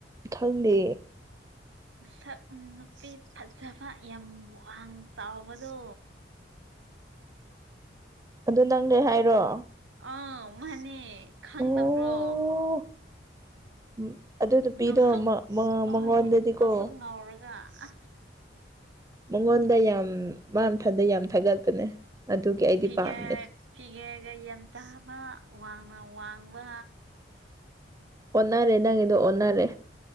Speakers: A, on the right; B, on the right.
A: ꯈꯪꯗꯦ
B: ꯃꯁꯛ ꯅꯨꯄꯤ ꯐꯖꯕ ꯌꯥꯝ ꯋꯥꯡ ꯆꯥꯎꯕꯗꯣ
A: ꯑꯗꯨ ꯅꯪꯅꯦ ꯍꯥꯏꯔꯣ
B: ꯑꯥ ꯃꯥꯅꯦ ꯈꯪꯗꯕ꯭ꯔꯣ
A: ꯑꯣ ꯎꯝ ꯑꯗꯨ ꯅꯨꯄꯤꯗꯣ
B: ꯉꯧꯁꯣꯛ
A: ꯃ
B: ꯍꯣꯏ
A: ꯃꯉꯣꯟꯗꯗꯤꯀꯣ
B: ꯉꯧꯁꯣꯛ ꯉꯧꯔꯒ ꯑꯁ
A: ꯃꯉꯣꯟꯗ ꯌꯥꯝ ꯃꯥ ꯃꯊꯟꯗ ꯌꯥꯝ ꯊꯥꯒꯠꯄꯅꯦ ꯑꯗꯨꯒꯤ ꯑꯩꯗꯤ
B: ꯐꯤꯒꯔ
A: ꯄꯥꯝꯗꯦ
B: ꯐꯤꯒꯦꯒ ꯌꯥꯝꯟꯇꯥꯥꯕ ꯋꯥꯡꯅ ꯋꯥꯡꯕ
A: ꯑꯣꯟꯅꯔꯦ ꯅꯪꯣ ꯑꯣꯟꯅꯔꯦ